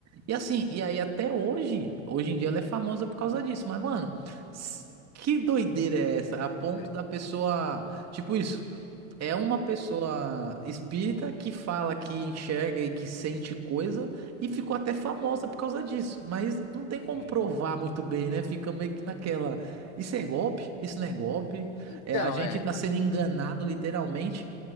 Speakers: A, on the right; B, on the left.
A: e assim, e aí até hoje, hoje em dia ela é famosa por causa disso. Mas, mano, s- que doideira é essa? A ponto
B: é.
A: da pessoa. Tipo isso. É uma pessoa espírita que fala que enxerga e que sente coisa e ficou até famosa por causa disso, mas não tem
B: sim.
A: como provar muito bem, né? Fica meio que naquela. Isso é golpe? Isso não é golpe?
B: Então,
A: É, a gente
B: é.
A: tá sendo enganado, literalmente.